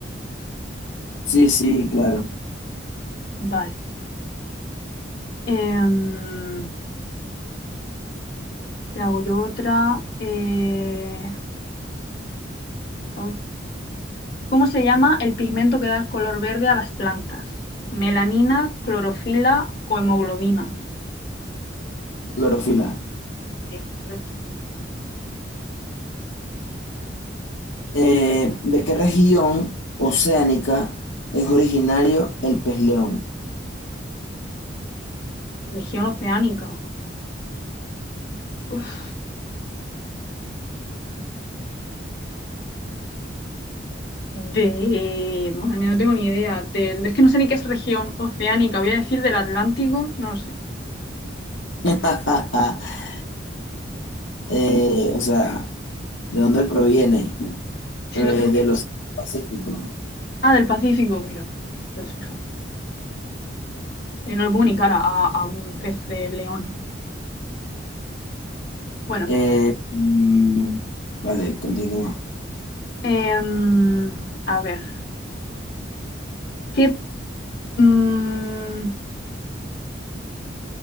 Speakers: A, on the left (about 90°); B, on the left (about 55°).
A: Sí, sí, claro.
B: Vale. Em, te hago yo otra. Eh, ay. ¿Cómo se llama el pigmento que da el color verde a las plantas? ¿Melanina, clorofila o hemoglobina?
A: Clorofila.
B: Sí, correcto.
A: Eh, ¿de qué región oceánica es originario el pez león?
B: Región oceánica. Uf, de... Madre mía, no tengo ni idea. Del- Es que no sé ni qué es región oceánica. Voy a decir del Atlántico. No lo sé.
A: <laughs> Eh, o sea, ¿de dónde proviene?
B: <laughs>
A: Eh,
B: No tengo
A: del
B: ni...
A: Océano Pacífico.
B: Ah, del Pacífico, mira. Pues fíjate. Eh, no le pongo ni cara a, a un pez de león. Bueno,
A: Eh, mm, vale, continúa.
B: em, a ver, ¿qué, mm,